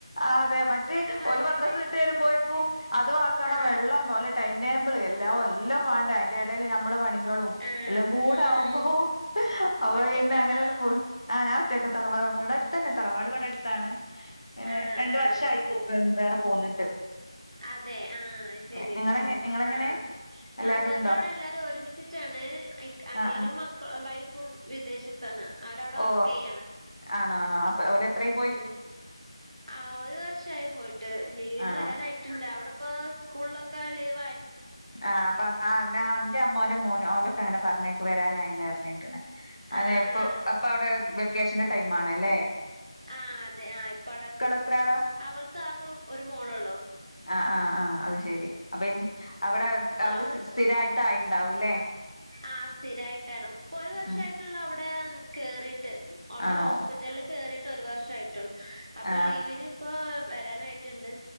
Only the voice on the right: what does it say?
പകുതി
പണി
ആഹ്
ആഹ്
ഉം
ഒറ്റക്കാണോ
ആഹ്
ആഹ്
അതെ ആഹ് ശെരി
ആഹ്
ആഹ് ഞങ്ങളിവിട
എല്ലാരും ഒരുമിച്ച് ച്ചാണ് അയ്ക് അനിയനും
മക്ക വൈഫും വിദേശ താണ് ആരവട വർക്കെയ്യാണ്
ഉം ആഹ് ഒരു വർഷായി പോയ്ട്ട് ലീവിന്
വരാനായി ട്ട്ണ്ട് അവടെപ്പോ സ്കൂള്ലോക്ക ലീവ്
ആഹ്
ആഹ്
ആഹ് അതെ ആഹ് ഇപ്പ അവട
അവൾക്ക് ആകള്ളൂ ഒരു മോളോള്ളൂ
അവള്
ആഹ് സ്ഥിരായിട്ടാണ് ഇപ്പൊ ഒര് വർഷയിട്ടുള്ള
അവിടെ കേറീട്ട് അവ്ട
ഹോസ്പിറ്റല്ല് കെറീട്ട് ഒരു വർഷ ആയിട്ടുള്ളൂ അപ്പൊ
ലീവിന് ഇപ്പോ വരാനായി ട്ടിണ്ട്